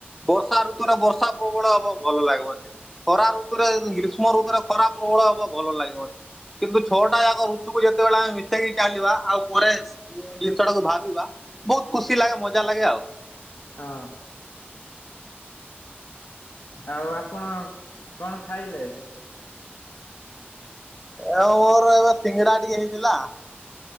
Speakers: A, in the centre; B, on the left.
A: ବର୍ଷା ଋତୁରେ ବର୍ଷା ପ୍ରବଳ ହବ ଭଲ ଲାଗିବନି। ଖରା ଋତୁରେ ଗ୍ରୀଷ୍ମ ଋତୁରେ ଖରା ପ୍ରବଳ ହବ ଭଲ ଲାଗିବନି କିନ୍ତୁ ଛଅଟା ଯାକ ରୁ <inaudible> ଯେତେବେଳେ ଆମେ ମିଶେଇକି ଚାଲିବା ଆଉ ପରେ ଜିନିଷଟାକୁ ଭାବିବା ବହୁତ ଖୁସି ଲାଗେ ମଜା ଲାଗେ ଆଉ।
B: ହଁ। ଆଉ ଆପଣ କଣ ଖାଇଲେ?
A: ଏଁ ମୋର ଏବେ ସିଙ୍ଗଡା ଟିକେ ହେଇଥିଲା।